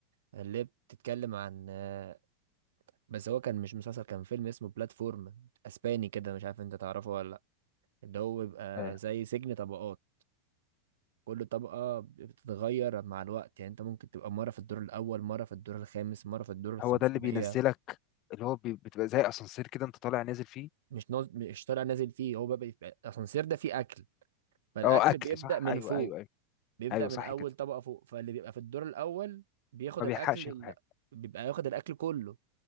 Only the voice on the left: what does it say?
آه
هو ده اللي بينزلك اللي هو بي... بتبقى زي اسانسير كده انت طالع نازل فيه
اه اكل
صح
ايوه
ايوه ايوه
ايوه
صح
كده
ما
بيلحقش
ياكل حاجه